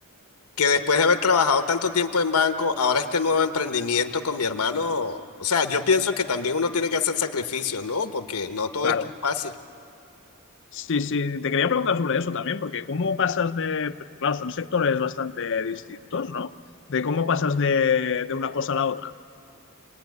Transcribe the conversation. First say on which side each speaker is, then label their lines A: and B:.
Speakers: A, on the left; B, on the left.
A: que después de haber trabajado tanto tiempo en banco, ahora este nuevo emprendimiento con mi hermano, o sea, yo pienso que también uno tiene que hacer sacrificios, ¿no? Porque no todo
B: claro,
A: es tan fácil.
B: sí, sí, te quería preguntar sobre eso también, porque cómo pasas de, porque claro, son sectores bastante distintos, ¿no? De cómo pasas de, de una cosa a la otra.